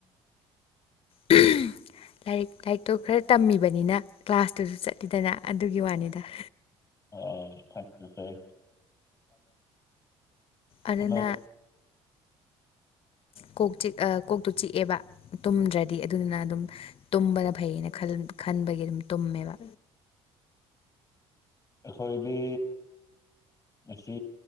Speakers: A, on the left; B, on the left.
A: ꯎꯝ ꯂꯥꯏꯔꯤꯛ ꯂꯥꯏꯔꯤꯛꯇꯣ ꯈꯔ ꯇꯝꯃꯤꯕꯅꯤꯅ ꯀ꯭ꯂꯥꯁꯇꯨꯁꯨ ꯆꯠꯂꯤꯗꯅ ꯑꯗꯨꯒꯤ ꯋꯥꯅꯤꯗ
B: ꯑꯣ ꯊꯪꯁꯦ ꯍꯣꯠꯅꯧ
A: ꯑꯗꯨꯅ ꯀꯣꯛ ꯆꯤꯛ ꯑ- ꯀꯣꯛꯇꯣ ꯆꯤꯛꯑꯦꯕ ꯇꯨꯝꯗ꯭ꯔꯗꯤ ꯑꯗꯨꯗꯨꯅ ꯑꯗꯨꯝ ꯇꯨꯝꯕꯅ ꯐꯩꯌꯦꯅ ꯈꯜ-ꯈꯟꯕꯒꯤ ꯑꯗꯨꯝ ꯇꯨꯝꯃꯦꯕ
B: ꯑꯩꯈꯣꯏꯗꯤ ꯑꯁꯤ